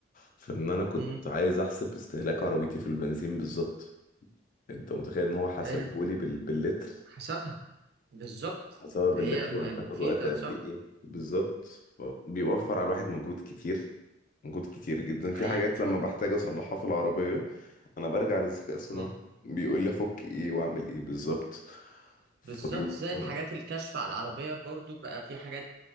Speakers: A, on the left; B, on the right.
A: في ان انا كنت
B: امم
A: عايز احسب استهلاك عربيتي في البنزين بالظبط انت متخيل ان هو حاسبهولي
B: حلو
A: بال... باللتر
B: حسبها بالظبط
A: حسب باللتر
B: هي م-
A: وهتاخد
B: مفيدة
A: وقت قد
B: صح
A: ايه بالظبط بيوفر على الواحد مجهود كتير مجهود كتير جدا
B: حقيقة
A: في حاجات
B: صح
A: لما بحتاج اصلحها في العربية انا برجع للذكاء الصناعي
B: مم.
A: بيقول لي افك ايه واعمل ايه بالظبط فبيوفر
B: بالظبط زي الحاجات الكشف على العربية برضو بقى في حاجات